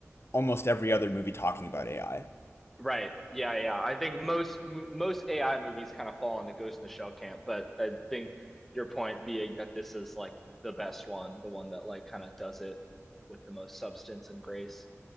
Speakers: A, on the left; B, in the centre.
A: almost every other movie talking about AI.
B: Right. Yeah, yeah. I think most mo- most AI movies kind of fall in the Ghost in the Shell camp, but I think your point being that this is like the best one, the one that like kind of does it with the most substance and grace.